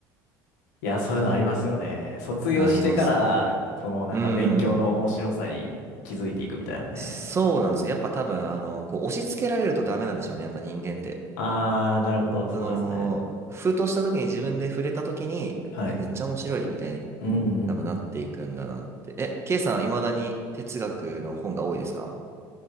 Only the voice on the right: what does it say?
ありますね。
うん。そうなんです。やっぱ多分、あの、こう、押し付けられるとダメなんでしょうね。やっぱ人間って。
その、ふとした時に自分で触れた時に、
え、めっちゃ面白いみたいに
多分なっていくんだなって。え、ケイさん、未だに哲学の本が多いですか